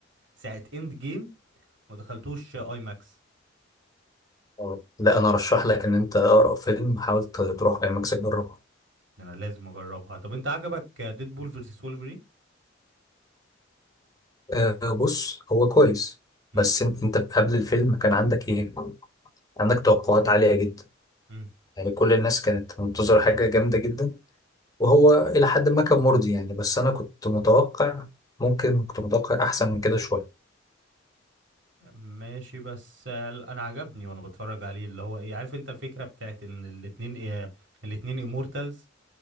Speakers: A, on the right; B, on the left.
A: ساعة اند جيم ما دخلتوش اي ماكس
B: آه. لا انا ارشح لك ان انت اقرا فيلم حاول تروح اي ماكس تجربه
A: انا لازم اجربها طب انت عجبك ديد بول فيرسس وولفرين
B: آه بص هو كويس
A: امم
B: بس انت قبل الفيلم كان عندك ايه عندك توقعات عالية جدا
A: امم
B: يعني كل الناس كانت منتظرة حاجة جامدة جدا وهو إلى حد ما كان مرضي يعني بس أنا كنت متوقع ممكن كنت متوقع أحسن من كده شوية
A: ماشي بس آه، انا عجبني وانا بتفرج عليه اللي هو ايه عارف انت الفكرة بتاعت ان الاتنين إيه الاتنين امورتالز